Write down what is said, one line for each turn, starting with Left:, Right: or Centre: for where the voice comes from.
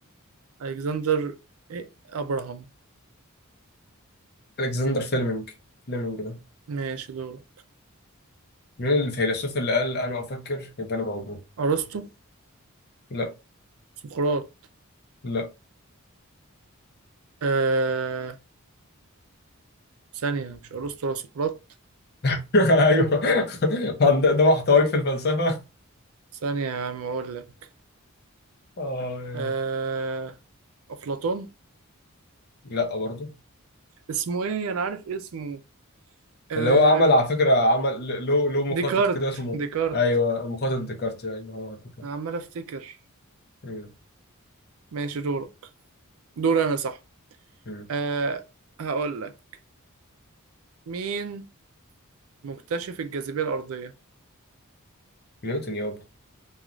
Right: الكسندر ايه؟ ابراهام
Left: ألكسندر فيلمينج فيلمينج ده
Right: ماشي دوره
Left: مين الفيلسوف اللي قال أنا أفكر يبقى أنا موجود
Right: ارسطو
Left: لا
Right: سقراط
Left: لا
Right: آه ثانية مش ارسطو ولا سقراط
Left: <laughs> أيوه <laughs> ده ده محتواك في الفلسفة <laughs>
Right: ثانية يا عم اقول لك
Left: اه يلا
Right: آه... أفلاطون
Left: لا برضه
Right: اسمه إيه أنا عارف اسمه آه...
Left: اللي هو عمل على فكرة عمل له له مخطط
Right: ديكارت
Left: كده اسمه
Right: ديكارت
Left: ايوه مخطط ديكارت ايوه هو ديكارت
Right: أنا عمال أفتكر
Left: مم.
Right: ماشي دورك دور أنا صح
Left: مم.
Right: آه... هقول لك مين مكتشف الجاذبية الأرضية
Left: نيوتن يابا